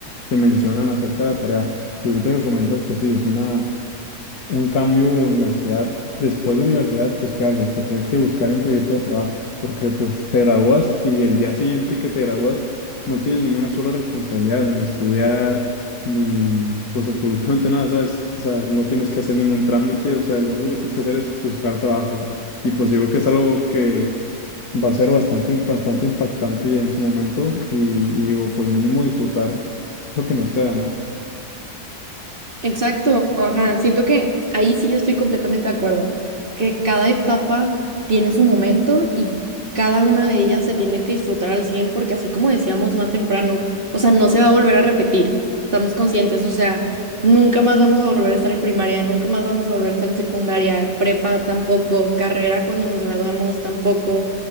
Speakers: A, on the left; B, on the right.
A: te mencionan acerca de la tarea. Y ahorita que comentas, pues sí, es una, un cambio de universidad. Después de universidad, pues ¿qué haces? Pues tienes que buscar entrevista de trabajo, porque pues te gradúas y el día siguiente que te gradúas no tienes ninguna sola responsabilidad, ni estudiar, ni pues absolutamente nada, ¿sabes? O sea, no tienes que hacer ningún trámite, o sea, lo único que tienes que hacer es buscar trabajo. Y pues yo creo que es algo que va a ser bastante, bastante impactante en su momento y, y digo, pues mínimo disfrutar lo que nos queda, ¿no?
B: Exacto, ajá. Siento que ahí sí yo estoy completamente de acuerdo, que cada etapa tiene su momento y cada una de ellas se tiene que disfrutar al 100 porque así como decíamos más temprano, o sea, no se va a volver a repetir, estamos conscientes, o sea, nunca más vamos a volver a estar en primaria, nunca más vamos a volver a estar en secundaria, prepa tampoco, carrera cuando nos graduemos tampoco,